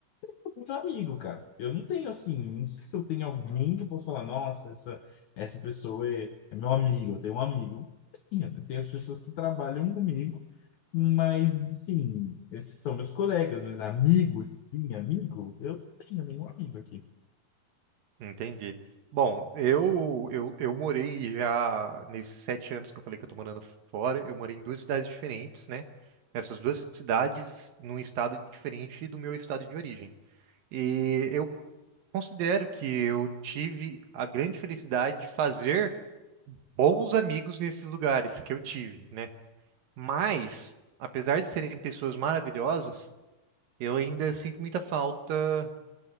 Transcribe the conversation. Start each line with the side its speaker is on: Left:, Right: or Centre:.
Left: tenho muito amigo, cara. Eu não tenho assim, não sei se eu tenho alguém que eu posso falar, nossa, essa, essa pessoa é, é meu amigo, eu tenho um amigo. Tenho, eu tenho as pessoas que trabalham comigo, mas sim, esses são meus colegas, meus amigos, sim, amigo, eu não tenho nenhum amigo aqui.
Right: Entendi. Bom, eu, eu, eu morei já nesses sete anos que eu falei que eu tô morando fora, eu morei em duas cidades diferentes, né? Essas duas cidades num estado diferente do meu estado de origem. E eu considero que eu tive a grande felicidade de fazer bons amigos nesses lugares que eu tive, né? Mas, apesar de serem pessoas maravilhosas, eu ainda sinto muita falta